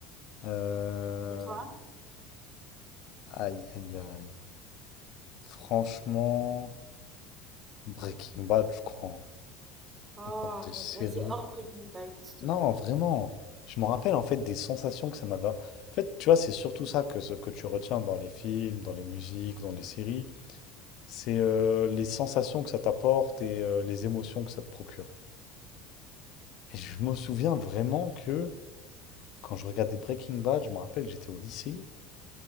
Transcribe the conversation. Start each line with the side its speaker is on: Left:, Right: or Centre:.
Left: Euh,
Right: Et toi?
Left: Aïe, aïe, aïe. Franchement, Breaking Bad, je crois. hein.
Right: Oh,
Left: En
Right: arrête,
Left: termes de série.
Right: vas-y, hors Breaking Bad, s'il te
Left: Non,
Right: plaît.
Left: vraiment. Je me rappelle, en fait, des sensations que ça m'avait... En fait, tu vois, c'est surtout ça que, ce que tu retiens dans les films, dans les musiques, dans les séries. C'est euh, les sensations que ça t'apporte et euh, les émotions que ça te procure. Et je me souviens vraiment que quand je regardais Breaking Bad, je me rappelle, j'étais au lycée,